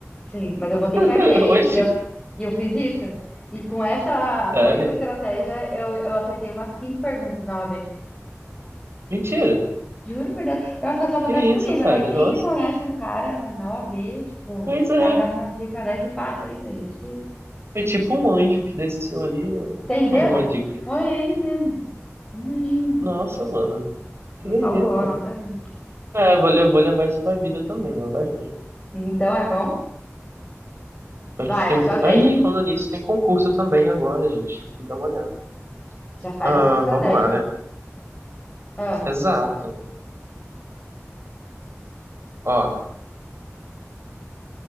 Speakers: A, on the left; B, on the right.
A: Sim, mas eu botei
B: <laughs>
A: fé nele
B: Oxe,
A: e eu, e eu fiz isso. E com essa,
B: sério?
A: com essa estratégia, eu, eu acertei umas cinco perguntas na OAB.
B: Mentira.
A: Juro por Deus. Nossa, que só acontece
B: Que isso,
A: comigo,
B: cara?
A: né? Quem
B: Nossa.
A: que conhece um cara, mano, na OAB, tipo,
B: Pois
A: o
B: é.
A: cara dá uma dica dessa e passa ainda, gente. Que isso?
B: Foi tipo um anjo que desceu ali. ó.
A: Entendeu?
B: Toma uma dica.
A: Foi ele mesmo, um anjinho.
B: Nossa, mano. Que
A: Me
B: doideira.
A: salvou a nossa vida.
B: É, vou, le- vou levar isso pra vida também, ó. Vai que.
A: Então é bom
B: Vai que
A: Vai,
B: tem
A: é a
B: um.
A: sua
B: con-
A: vez.
B: Aí, falando nisso, tem concurso também agora, gente. Tem que dar uma olhada.
A: Já faz
B: Ah,
A: essa estratégia,
B: vamos lá, né?
A: hein? Ah,
B: Exato. Ó.